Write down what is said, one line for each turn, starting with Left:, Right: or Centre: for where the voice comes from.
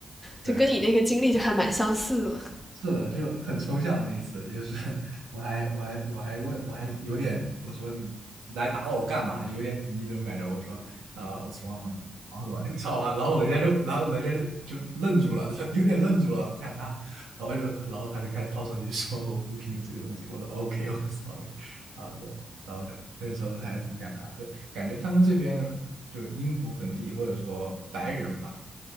Centre: 就跟你那个经历就还蛮相似的。
Right: 对。是的，就很抽象那一次，就是我还我还我还问我还有点我说你来打扰我干嘛呢？有点敌意那种感觉。我说啊、我 what's wrong？然后你知道吧？然后人家就然后人家就愣住了，<laughs> 有点愣住了。我看他，然后就然后他就开始掏手机说我不拼的这个东西。我说 OK OK sorry，然后就然后就那时候还很尴尬，就感觉他们这边就是英国本地或者说白人吧。